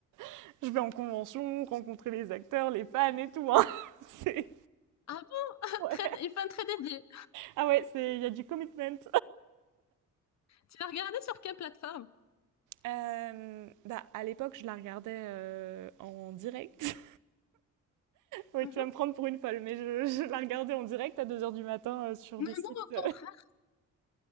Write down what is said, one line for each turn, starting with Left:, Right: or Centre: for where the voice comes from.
Right: <laughs> je vais en convention, rencontrer les acteurs, les fans et tout. hein. <laughs> C'est-
Left: Ah bon,
Right: ouais.
Left: très, une fin très dédiée.
Right: Ah ouais, c'est- il y a du commitment.
Left: Tu l'as regardé sur quelle plateforme?
Right: Euh, bah, à l'époque, je la regardais euh, en direct. Oui,
Left: Mhm.
Right: tu vas me prendre pour une folle, mais je, je la regardais en direct à deux heures du matin euh, sur
Left: Non,
Right: des sites,
Left: non, au
Right: euh,
Left: contraire.